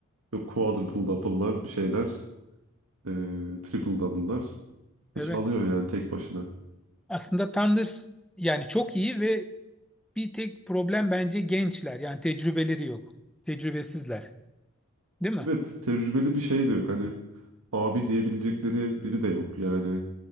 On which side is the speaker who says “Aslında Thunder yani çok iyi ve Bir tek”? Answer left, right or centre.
Centre